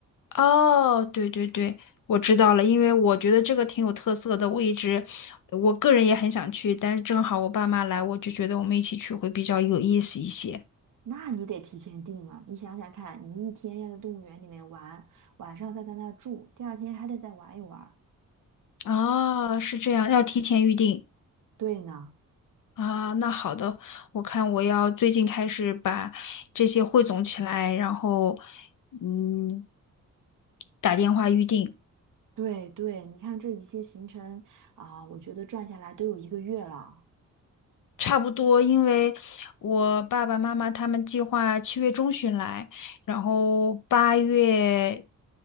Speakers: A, on the left; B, on the right.
A: 哦，对对对，我知道了，因为我觉得这个挺有特色的，我一直，我个人也很想去，但是正好我爸妈来，我就觉得我们一起去会比较有意思一些。
B: 那你得提前定啊！你想想看，你一天要在动物园里面玩，晚上再在那儿住，第二天还得再玩一玩。
A: 啊，是这样，要提前预定
B: 对呢，
A: 啊。那好的，我看我要最近开始把这些汇总起来，然后嗯，打电话预定。
B: 对对，你看这一些行程啊、我觉得转下来都有一个月了。
A: 差不多，因为我爸爸妈妈他们计划七月中旬来，然后八月